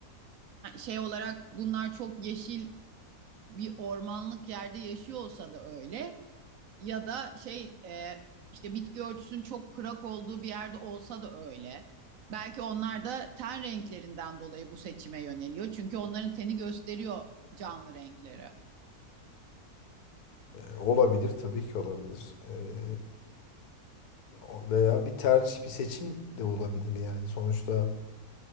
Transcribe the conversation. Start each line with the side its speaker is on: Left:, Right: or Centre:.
Right: şey olarak bunlar çok yeşil bir ormanlık yerde yaşıyor olsa da öyle ya da şey e, işte bitki örtüsünün çok kırak olduğu bir yerde olsa da öyle. Belki onlar da ten renklerinden dolayı bu seçime yöneliyor. Çünkü onların teni gösteriyor canlı renkleri.
Left: E, olabilir tabii ki olabilir. E, o- veya bir tercih, bir seçim de olabilir yani sonuçta